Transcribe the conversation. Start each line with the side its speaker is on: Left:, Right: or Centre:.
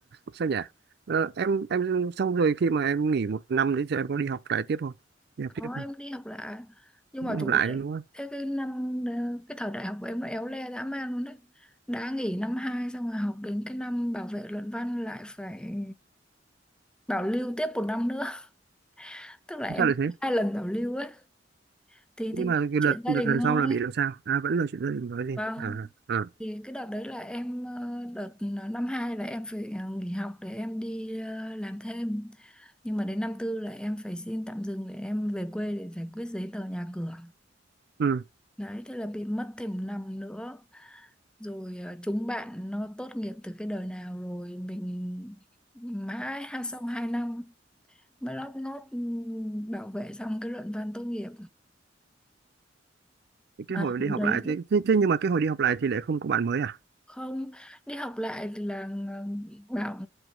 Right: sao nhỉ Ờ, em em xong rồi khi mà em nghỉ một năm đấy thì em có đi học lại tiếp không đi học
Centre: có
Right: tiếp không
Centre: em đi học lại nhưng
Right: đi
Centre: mà chủ
Right: học lại
Centre: đề
Right: đúng không
Centre: thế cái năm ờ, cái thời đại học của em nó éo le dã man luôn đấy đã nghỉ năm 2 xong rồi học đến cái năm bảo vệ luận văn lại phải bảo lưu tiếp một năm nữa <laughs> tức là em
Right: sao lại thế
Centre: hai lần bảo lưu ấy thì,
Right: nhưng
Centre: thì
Right: mà cái
Centre: chuyện
Right: đợt
Centre: gia
Right: đợt
Centre: đình
Right: lần
Centre: thôi
Right: sau là bị làm sao à vẫn là chuyện gia đình nói gì
Centre: vâng
Right: à, à
Centre: thì cái đợt đấy là em ờ, đợt ờ, năm hai là em phải ờ, nghỉ học để em đi ờ, làm thêm nhưng mà đến năm tư là em phải xin tạm dừng để em về quê để giải quyết giấy tờ nhà cửa
Right: ừ
Centre: đấy thế là bị mất thêm một năm nữa rồi ờ, chúng bạn nó tốt nghiệp từ cái đời nào rồi mình mãi ha sau hai năm mới lót nốt ừm, bảo vệ xong cái luận văn tốt nghiệp
Right: cái
Centre: mà
Right: hồi đi học
Centre: đấy
Right: lại thế, thế, thế nhưng mà cái hồi đi học lại thì lại không có bạn mới à
Centre: không đi học lại thì là ng- bảo